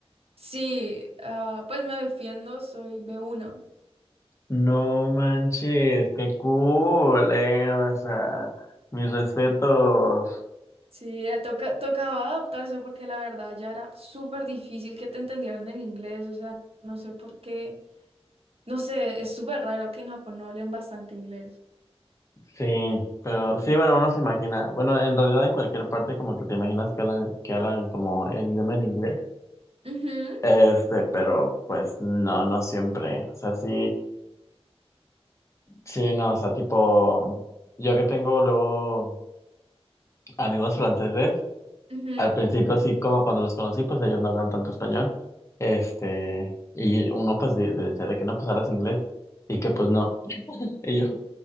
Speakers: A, on the right; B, on the left.
A: Sí, ah, pues me defiendo, soy b uno.
B: No manches, qué cool, eh, o sea, mis respetos.
A: Sí, eh, toca, tocaba adaptarse porque la verdad ya era súper difícil que te entendieran el inglés, o sea, no sé por qué, no sé, es súper raro que en Japón no hablen bastante inglés.
B: Sí, pero sí, bueno, uno se imagina, bueno, en realidad en cualquier parte como que te imaginas que hablan, que hablan como el idioma en inglés.
A: Ujú,
B: Este, pero pues no, no siempre. O sea, sí, sí, no, o sea, tipo, yo que tengo luego amigos franceses,
A: ujú.
B: al principio sí, como cuando los conocí, pues ellos no hablan tanto español. Este, y uno pues de- de- decía de que no, pues hablas inglés y que pues no. <laughs> Y yo,